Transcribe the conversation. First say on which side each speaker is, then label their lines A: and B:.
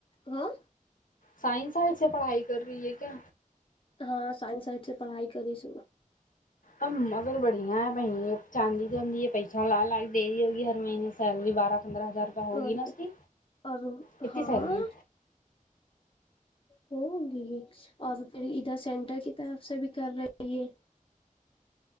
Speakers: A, on the left; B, on the left.
A: ہاں
B: سائنسئ سے پڑھائی کر رہی ہے کیا
A: ہاں سائنس سائڈ سے پڑھائی کر س
B: ا مگر بڑھیا ہے ب چاندی چی یہ پیسہ لا لا دے رہی ہوگی مہینے سیلری بارہ پندرہ ہزار روپ
A: اور
B: ہوگی نا
A: کیا
B: اس کی
A: اور
B: کتنی
A: ہاں
B: سیلری
A: ہوگی اور پھر ادھر سینٹر کی طرف سے بھی کر رہے ہے